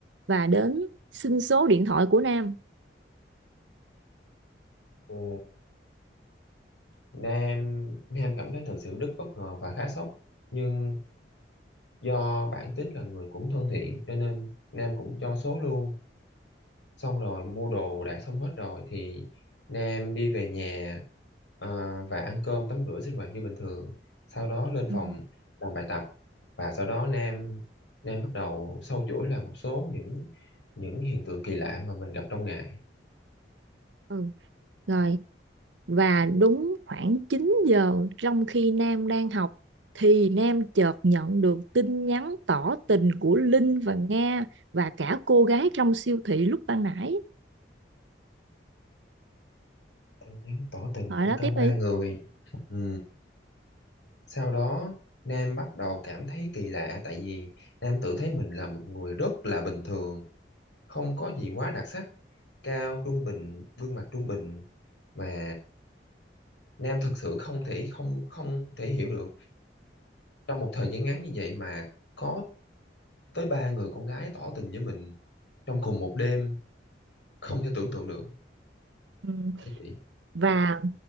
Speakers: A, on the right (about 80°); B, on the left (about 75°).
A: và đến xin số điện thoại của Nam.
B: Ồ. Nam Nam cảm thấy thật sự rất bất ngờ và khá sốc nhưng do bản tính là người cũng thân thiện cho nên Nam cũng cho số luôn xong rồi mua đồ đạc xong hết rồi thì Nam đi về nhà à, và ăn cơm tắm rửa sinh hoạt như bình thường sau đó lên phòng
A: Ừ.
B: làm bài tập và sau đó Nam Nam bắt đầu sâu chuỗi là một số những những hiện tượng kỳ lạ mà mình gặp trong ngày
A: ừ. Rồi, và đúng khoảng 9 giờ trong khi Nam đang học thì Nam chợt nhận được tin nhắn tỏ tình của Linh và Nga và cả cô gái trong siêu thị lúc ban nãy.
B: tin nhắn tỏ tình
A: Hỏi
B: của
A: đó
B: cả
A: tiếp
B: ba
A: đi.
B: người ừ. Sau đó, Nam bắt đầu cảm thấy kỳ lạ tại vì Nam tự thấy mình là một người rất là bình thường, không có gì quá đặc sắc, cao trung bình, gương mặt trung bình mà Nam thực sự không thể không không thể hiểu được trong một thời gian ngắn như vậy mà có tới ba người con gái tỏ tình với mình trong cùng một đêm, không thể tưởng tượng được
A: Ừ.
B: thế chị.
A: Và